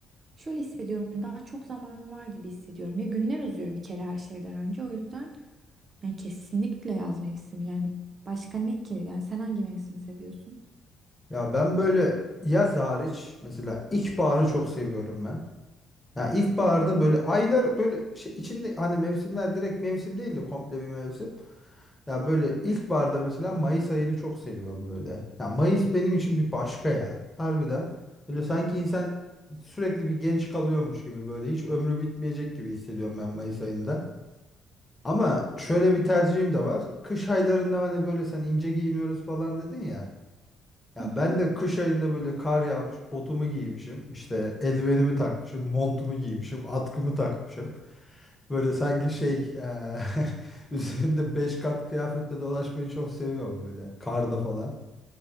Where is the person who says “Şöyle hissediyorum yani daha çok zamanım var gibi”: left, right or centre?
Right